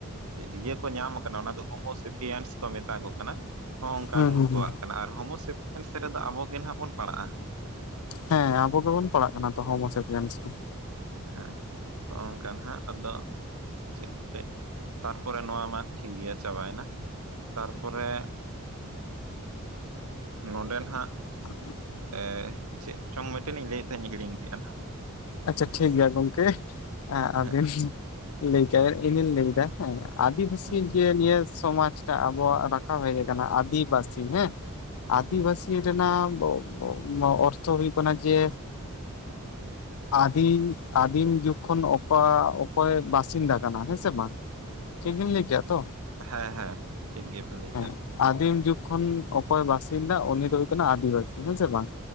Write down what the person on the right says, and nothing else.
ᱤᱭᱟᱹ ᱠᱚ ᱧᱟᱢ ᱟᱠᱟᱱᱟ ᱚᱱᱟ ᱫᱚ ᱦᱳᱢᱳᱥᱮᱯᱤᱭᱟᱱᱥ ᱠᱚ ᱢᱮᱛᱟ ᱠᱚ ᱠᱟᱱᱟ, ᱦᱚᱸ ᱚᱱᱠᱟᱱ
ᱠᱚᱣᱟᱜ
ᱠᱟᱱᱟ ᱟᱨ ᱦᱳᱢᱳᱥᱮᱯ ᱨᱮᱫᱚ ᱟᱵᱚᱜ ᱜᱮ ᱱᱟᱦᱟᱜ ᱵᱚᱱ ᱯᱟᱲᱟᱜᱼᱟ᱾
ᱦᱮᱸ ᱱᱚᱜᱝᱠᱟ ᱦᱟᱸᱜ ᱟᱫᱚ ᱪᱮᱫ ᱠᱚᱴᱮ? ᱛᱟᱨᱯᱚᱨᱮ ᱱᱚᱣᱟ ᱢᱟ ᱴᱷᱤᱠ ᱜᱮᱭᱟ ᱪᱟᱵᱟᱭ ᱮᱱᱟ᱾ ᱛᱟᱨᱯᱚᱨᱮ ᱱᱚᱸᱰᱮ ᱱᱟᱜ
ᱮ ᱪᱮᱪᱚᱝ ᱢᱮᱴᱮᱱ ᱞᱟᱭ ᱛᱟᱦᱮᱸ ᱦᱤᱲᱤᱧ ᱠᱮᱼᱟᱼᱦᱟᱸ
ᱦᱮᱸ
ᱦᱩᱸ
ᱦᱩᱸ
ᱦᱮᱸ ᱦᱮᱸ ᱴᱷᱤᱠ ᱜᱮᱵᱮᱱ ᱞᱟᱹᱭ
ᱠᱟᱜᱼᱟ